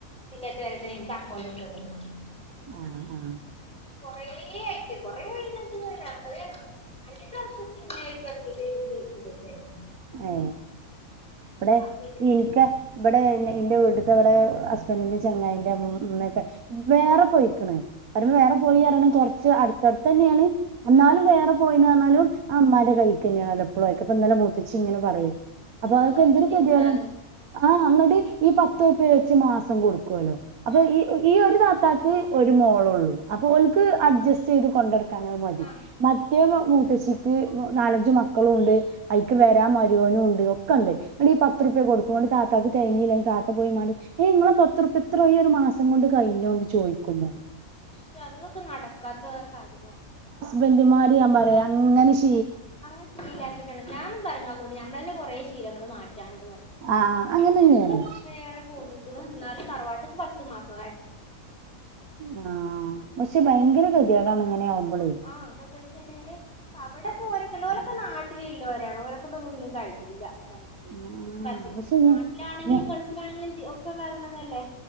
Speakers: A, in the centre; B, on the right.
A: പിന്നത്തെ വരത്തിന് നിക്ക് <unintelligible> ല്ല പറഞ്ഞോ
B: ആ ആ
A: കൊറേ ആയിട്ട് കൊറേ ആയി അഞ്ച് <unintelligible> അഞ്ചെട്ട് വർഷം മുന്നെയായിട്ട് <unintelligible>
B: ഏ വിടെ
A: പിന്നെ
B: ഇനക്ക് ഇബടെ ന്റെ വീട്ടത്തെ ഇവിടെ ഹസ്ബൻഡിന്റെ ചങ്ങായിന്റെ മ്മയൊക്കെ വേറെ പോയിക്കണ് പറുമ്പോ
A: ആ
B: വേറെ പോയിരണം കുറച്ച് അടുത്തടുതന്നെയാണ് എന്നാലും
A: ആ
B: വേറെ പോല <unintelligible> ആ അമ്മാന്റെ കഴിക്കെയലപ്പഴായിക്ക ഉത്ച്ചി ഇങ്ങനെ പറയേ അപ്പൊ
A: എന്തോ
B: അക്കെ
A: ഒരു
B: എന്ത്
A: ബുദ്ധിമുട്ടാ
B: കേതിയട
A: അത്
B: ആഹ അങ്ങുടെ ഈ പത്ത്പ്പ വച്ച് മാസം കൊടുക്കും <unintelligible> അപ്പൊ
A: ആ
B: ഈ ഈ ഒരു ത്താക്ക് ഒരു മോള ഉള്ളൂ അപ്പൊ
A: ആ
B: ഓല്ക് അഡ്ജസ്റ്റ് ചെയ്ത് കൊണ്ടർ <unintelligible> മതി
A: ആ ആ
B: മ <unintelligible> മൂത്തശ്ശിക്ക് നാലഞ്ചു മക്കളുംണ്ട് അഐക്ക് വരാ മരുവോന ഉണ്ട് ഒക്കെ ഉണ്ട് അയ്നീ പത്രുപ്യ കൊടുക്കുംണ താത്താക്ക് തിഞ്ഞില്ലെ താത്ത പോയി മാടി. ഏ നിങ്ങളെ പത്രുപ്പിയാ ഇത്ര വലിയ ഒരു മാസം കൊണ്ട് കഴിഞ്ഞോന്ന്. ചോയിക്കുമ്മാ
A: ചതവൊക്കെ നടക്കാത്തെ കാര്യങ്ങളാ
B: വെല്ലിമ്മാര് ഞാൻ പറയാ അങ്ങനെ ഇഷ്
A: അങ്ങനെ ശീലാക്കിക്കണ്ട. ഞാനും പറഞ്ഞു ഔ കൊണ്ട് ഞമ്മളെന്നെ കൊറേ ഷീ ശീലങ്ങൾ മാറ്റി രണ്ട് പറയ്
B: ആ
A: ഇപ്പള്
B: അങ്ങനെന്നെയാണ്
A: ‌ ഞങ്ങള് വേറെ പോന്ന് എന്നാലും തറവാട്ട്ക്ക് പത്ത് മാസം ആയെ
B: ആ പക്ഷെ ഭയങ്കര ഗതികേടാണ് ഇങ്ങനെ
A: ആ
B: ആവുമ്പളേ
A: ആ അതൊക്കെ ഷെയിഞ്ഞാല് അവിടെ പോരൊക്കണ്ട്. ഓലൊക്കെ നാട്ടിലുള്ളോരാണ്. ഓരൊക്കൊണ്ട് ഒന്നും ഒന്നിനും കഴിഞ്ഞീല്ല. അതല്ല
B: ആഹ്
A: പറച്ചിൽ
B: പക്ഷെ
A: നാട്ടിലാണെങ്കിലും
B: ഞ ഞ
A: ഗൾഫിലാണെങ്കിലും ഒക്കെ വരണതല്ലേ